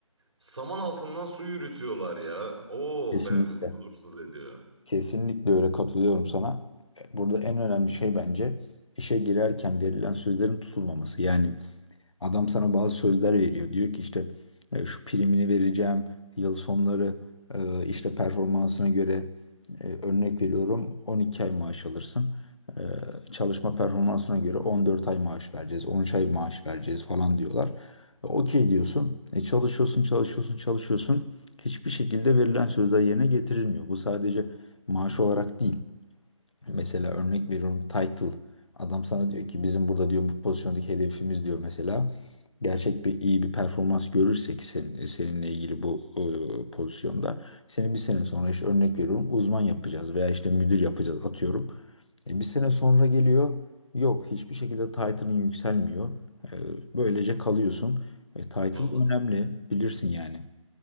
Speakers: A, on the right (about 55°); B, on the left (about 60°).
A: saman altından su yürütüyorlar ya. Oo
B: kesinlikle.
A: ben huzursuz ediyor.
B: Kesinlikle öyle katılıyorum sana. Burada en önemli şey bence işe girerken verilen sözlerin tutulmaması. Yani Adam sana bazı sözler veriyor. Diyor ki işte e, şu primini vereceğim, yıl sonları e, işte performansına göre e, örnek veriyorum 12 ay maaş alırsın. E, Çalışma performansına göre 14 ay maaş vereceğiz, 13 ay maaş vereceğiz falan diyorlar. E, Okey diyorsun. E, çalışıyorsun, çalışıyorsun, çalışıyorsun. Hiçbir şekilde verilen sözler yerine getirilmiyor. Bu sadece maaş olarak değil. Mesela örnek veriyorum title. Adam sana diyor ki bizim burada diyor bu pozisyondaki hedefimiz diyor mesela. Gerçek bir iyi bir performans görürsek sen, seninle ilgili bu e, pozisyonda seni bir sene sonra işte örnek veriyorum uzman yapacağız veya işte müdür yapacağız atıyorum. E, bir sene sonra geliyor yok hiçbir şekilde title'ın yükselmiyor. E, böylece kalıyorsun. E, title
A: Valla.
B: önemli bilirsin yani.